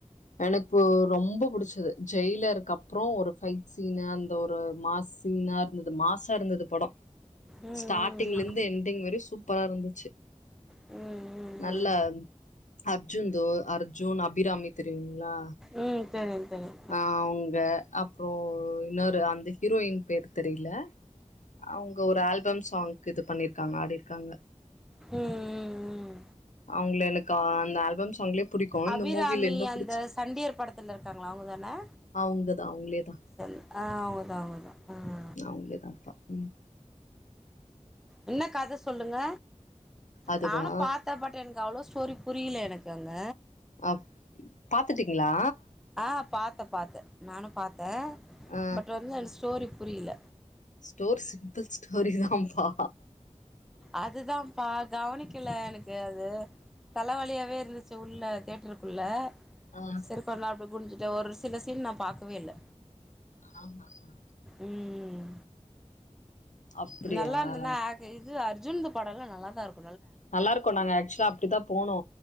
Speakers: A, on the left (about 90°); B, in the centre.
A: எனக்கு ரொம்ப புடிச்சது ஜெயிலர்க்கப்றோ ஒரு ஃபைட் சீனு அந்த ஒரு மாஸ் நல்லாருந்துது மாசாருந்தது படோ
B: ம்
A: ஸ்டார்டிங்லந்து
B: ம்
A: எண்டிங் வரைக்கு சூப்பராருந்துச்சு
B: ம் ம்
A: நல்ல அர்ஜுன் தோ அர்ஜுன் அபிராமி தெரியுங்ளா
B: ம் தெரியு தெரியு
A: அ அவுங்க அப்றோ இன்னொரு அந்த ஹீரோயின் பேரு தெரில அவுங்க ஒரு ஆல்பம் சாங்க்கு இது பண்ணிருக்காங்க ஆடிருக்காங்க
B: ம் ம் ம்
A: அவுங்ள எனக்கு அந்த ஆல்பம் ஸாங்ளே புடிக்கூ
B: அபிராமி
A: இந்த மூவியில இன்னூ
B: அந்த
A: புடிச்
B: சண்டியர் படத்துல இருக்காங்கள அவுங்க தான
A: அவங்கதா அவங்களேதா
B: சண் ஆ அவுங்க தா அவுங்க தா ஆ
A: அவுங்களே தாப்பா ம்
B: என்ன கத சொல்லுங்க
A: அதுவா
B: நானும் பாத்த பட் ட்டு எனக்கு அவ்வளோ ஸ்டோரி புரியில எனக்கு அங்க
A: அப் பாத்துட்டிங்ளா
B: ஆ பாத்தே பாத்தே நானும் பாத்தே
A: ஆ
B: பட் வந்து ஸ்டோரி புரியில
A: ஸ்டோரி சிம்பிள் ஸ்டோரி தாம்ப்பா
B: அதுதாம்ப்பா கவனிக்கல எனக்கு அது தலவலியாவே இருந்துச்சு உள்ள தேட்ருக்குள்ள
A: ஆ
B: செரு கொ நா அப் குனிஞ்சிட்ட ஒரு சில சீன் நா பாக்கவே இல்ல
A: ஆஹா ஹா
B: ம்
A: அப்படியா
B: நல்லா இருந்தனா இது அர்ஜுன் இந்த படலா நல்லா தா இருக்
A: நல்லா இருக்கூ நாங்க ஆக்சுலா அப்டித்தா போனோ